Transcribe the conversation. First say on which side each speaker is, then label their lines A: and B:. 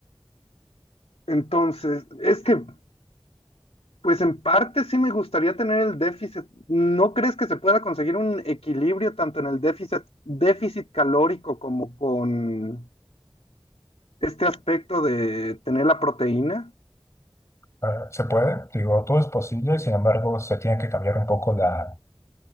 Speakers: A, on the left; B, on the left.
A: entonces, es que, pues en parte sí me gustaría tener el déficit. ¿No crees que se pueda conseguir un equilibrio tanto en el déficit, déficit calórico como con este aspecto de tener la proteína,
B: Ah, Se puede, digo, todo es posible, sin embargo, se tiene que cambiar un poco la,